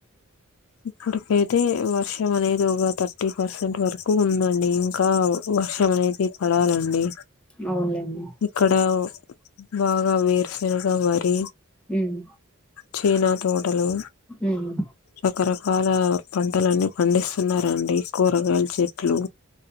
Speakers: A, on the left; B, in the centre.
A: ఇప్పుటికైతే వర్షం అనేది ఇది ఒక థర్టీ పర్సెంట్ వరకు ఉందండి ఇంకా వర్షం అనేది పడాలండి
B: అవులేండి
A: ఇక్కడ బాగా వేరుశనగ వరి
B: ఉమ్
A: చైనా తోటలు
B: ఉమ్
A: రకరకాల పంటలన్నీ పండిస్తునారండి కూరగాయల చెట్లు